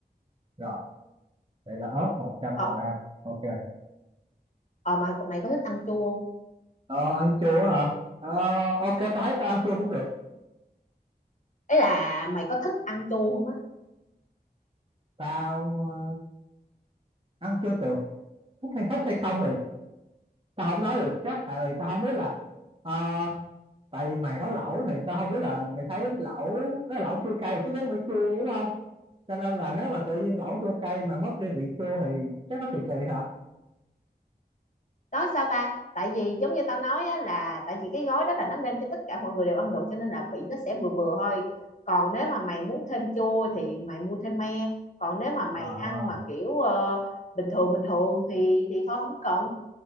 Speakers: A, on the right (about 35°); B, on the left (about 45°).
A: Rồi, vậy là ớt 100
B: ờ
A: gram. Ok.
B: ờ mà mày có thích ăn chua không
A: Ờ, ăn chua hả? Ờ, ok, ta thấy tao ăn chua cũng được.
B: ý là mày có thích ăn chua không á
A: Tao ờ, ăn chua được. Thích hay thích hay không thì tao không nói được chắc tại vì tao không biết là ờ, tại vì mày nấu lẩu thì tao không biết là mày thấy lẩu cái lẩu chua cay chắc chắn phải chua đúng không? cho nên là nếu mà tự nhiên lẩu chua cay mà mất đi vị chua thì chắc nó kỳ kỳ hả
B: đó sao ta tại vì giống như tao nói á, là tại vì cái gói đó là nó nêm cho tất cả mọi người đều ăn được cho nên là vị nó sẽ vừa vừa thôi còn nếu mà mày muốn thêm chua thì mày mua thêm me còn nếu mà mày
A: à
B: ăn mà kiểu ờ, bình thường bình thường thì thì thôi không cần